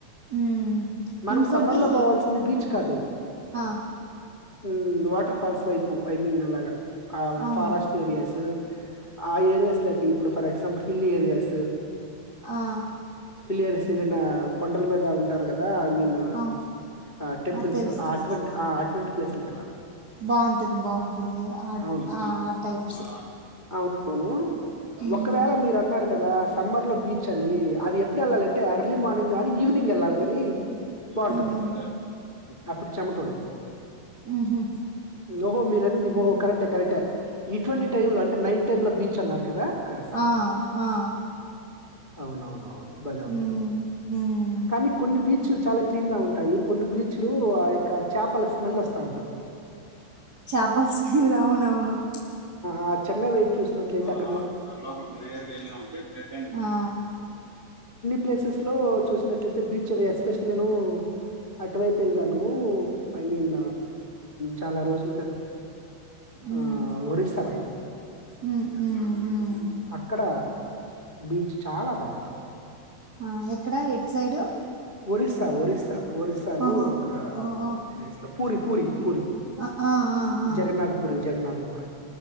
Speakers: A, on the right (about 50°); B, on the left (about 40°).
A: హ్మ్.
B: మనం
A: ఇంకోటి
B: సమ్మర్ లో పోవల్సింది బీచ్ కాదు
A: ఆ!
B: ఉ వా ఆ ఫాల్స్ వైపు ఐ మీన్ అలాగా ఆ
A: అవును.
B: ఫారెస్ట్ ఏరియాస్ ఆ ఏరియాస్ లోకి ఇప్పుడు ఫర్ ఎగ్జాంపుల్ హిల్లేరియసు
A: ఆ!
B: హిల్లెరస్ ఏదైనా కొండల మీద ఉంటారు కదా ఐ మీన్
A: అవును.
B: ఆ టెంపుల్స్
A: తెలుసు
B: ఆ
A: తెలుసు.
B: అటువంటి అటువంటి ప్లేసులకి వెళ్ళాలి
A: బావుంటుంది. బావుంటుంది. ఆ!
B: అవును
A: ఆ! ఆ టైప్స్.
B: అవువును
A: హ్మ్.
B: ఒకవేళ మీరు అన్నారు కదా సమ్మర్ లో బీచ్ అని అది ఎప్పుడు వెళ్ళాలం అంటే ఎర్లీ మార్నింగ్ కాగానీ ఈవినింగ్ వెళ్ళాలి కాని బాగుంటది
A: హ్మ్.
B: అప్పుడు చెమట ఉండదు
A: హుహు.
B: ఓహో మీరు అనేది ఓహో కరెక్టే కరెక్టే ఇటువంటి టైమ్ లో అంటే నైట్ టైమ్ లో బీచ్ అన్నారు కదా కరెక్టే
A: ఆ! ఆ!
B: అవునవునవును బలే వుం
A: హ్మ్. హ్మ్.
B: కానీ కొన్ని బీచ్లు చాలా క్లీన్ గా ఉంటాయి కొన్ని బీచ్లు ఆ యొక్క చేపల స్మెల్ వస్తా ఉంటది
A: చేపల స్మెల్ అవునవును.
B: ఆద్ చెన్నై వైపు చూసినట్లయితే అ
A: ఆ లోపలికి నేరుగా వెళ్ళినామంటే బ్లడ్ బ్యాంకు ఆ
B: ప్లేసెస్ లో చూసినట్లయితే బీచ్ ఎస్పెషల్ నేను అటువైపు వెళ్దాను ఐ మీన్ చాలా రోజుల క
A: హ్మ్.
B: ఆ ఒరిస్సా వైపు
A: ఉమ్, ఉమ్, ఉమ్.
B: అక్కడ బీచ్ చాలా బాగు
A: ఆ, ఎక్కడ ఎట్ సైడు
B: ఒరిస్సా ఒరిస్సా ఒరిస్సాలో
A: ఆహా
B: అక్కడ
A: ఓ ఓ,
B: ప్లేస్ లొ పూరీ పూరి పూరి
A: ఆ, ఆ, ఆ, ఆ.
B: జగన్నాథ్ పూరి జగన్నాథ్ పూరి